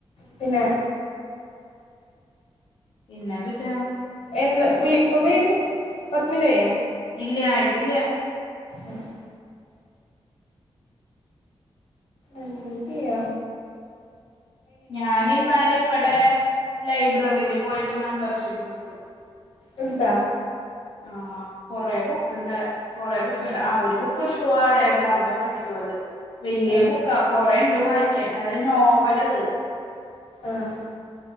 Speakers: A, on the left (about 80°); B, on the left (about 55°).
A: പിന്നെ
B: പിന്നെന്തൂട്ടാ
A: എന്ന് ഇപ്പൊ വീട് പത്മില്യ
B: ഇല്ല ആയിട്ടില്ല
A: ആ <unintelligible> എന്ത ചെയ്യ
B: ഞാനി ന്നാലും ഇവിടെ ലൈബ്രറിയിൽ പോയിട്ട് മെമ്പർ ശ്യപ്പെടുത്തു
A: കുടുത്ത
B: ആ കൊറെ ബുക്ക് ഇണ്ട് കുറെേ ബുക്കണ്ട് ആ ഒരു ബുക്ക് എടുത്തു ആരാചാർന്ന് പറഞ്ഞിട്ടുള്ളത് വലിയ
A: ആഹ്
B: ബുക്ക കൊറേണ്ട് വായിക്കാൻ അത നോവൽ അത്
A: ആഹ